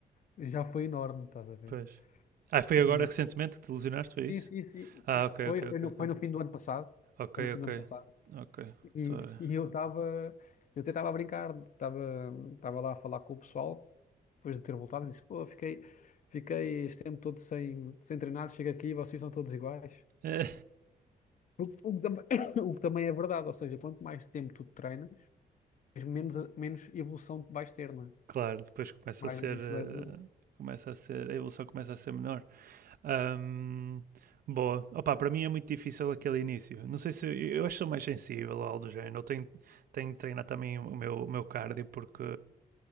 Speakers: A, on the left (about 50°); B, on the right (about 60°).
A: já foi enorme, estás a ver?
B: pois. Ah, foi
A: E
B: agora recentemente que te lesionaste, foi isso?
A: Sim, sim, sim.
B: Ah,
A: Eh,
B: ok,
A: Foi,
B: ok,
A: foi
B: ok.
A: no, foi no fim do ano passado.
B: Ok,
A: Foi no fim
B: ok,
A: do ano passado.
B: ok.
A: E,
B: Estou a ver.
A: e
B: <laughs>
A: eu estava, eu até estava a brincar, estava estava lá a falar com o pessoal, depois de ter voltado, e disse, pô, fiquei, fiquei este tempo todo sem, sem treinar, chego aqui e vocês são todos iguais.
B: É,
A: O, que o que tam- <coughs> o que também é verdade, ou seja, quanto mais tempo tu treinas, menos, menos evolução vais ter, não é?
B: claro, depois começa
A: Mais
B: a ser.
A: difícil
B: eh,
A: é evoluir.
B: começa a ser. A evolução começa a ser menor. Ahm, boa. Opa, para mim é muito difícil aquele início. Não sei se eu acho que sou mais sensível ou algo do género. Eu tenho, tenho de treinar também o meu, o meu cardio porque,